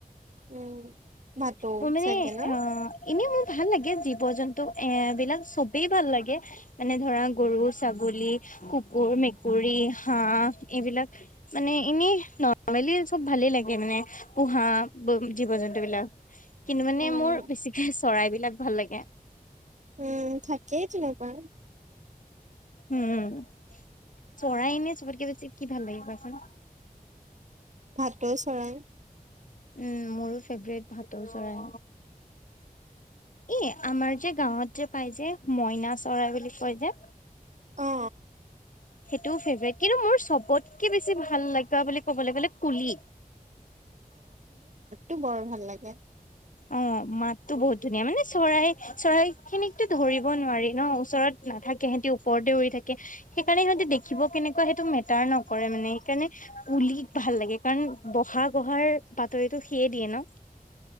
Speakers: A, on the right; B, on the left.
A: উম। ভাটৌ
B: মই মানে
A: চাগে ন
B: অ' এনে <unintelligible> ভাল লাগে জীৱ জন্তু এ - বিলাক চবেই ভাল লাগে, মানে ধৰা গৰু, ছাগলী, কুকুৰ, মেকুৰী, হাঁহ এইবিলাক মানে এনেই নৰ্মেলি চব ভালেই লাগে মানে। পোহা জীৱ জন্তু বিলাক। কিন্তু মানে
A: অ
B: মোৰ বেছিকে চৰাইবিলাক ভাল লাগে।
A: উম, থাকেই তেনেকুৱা।
B: উম, চৰাই এনে চবতকে বেছি কি ভাল লাগে কোৱাচোন?
A: ভাটৌ চৰাই।
B: উম, মোৰো ফেভৰেট ভাটৌ চৰাই। এ আমাৰ যে গাঁৱত যে পাই যে মইনা চৰাই বুলি কয় যে
A: অঁ।
B: সেইটোও ফেভৰেট কিন্তু মোৰ চবতকে বেছি ভাল লাগা বুলি ক'বলে গ'লে কুলি।
A: টো বৰ ভাল লাগে।
B: অ' মাততো বহুত ধুনীয়া মানে চৰাই - চৰাই খিনিকতো ধৰিব নোৱাৰি ন' ওচৰত নাথাকে সেঁহেতি ওপৰতে উৰি থাকে, সেইকাৰণে সিহতে দেখিব কেনেকুৱা সেইটো মেটাৰ নকৰে মানে। সেইকাৰণে কুলিক ভাল লাগে কাৰণ বহাগ অহাৰ বাতৰিটো সিয়ে দিয়ে ন।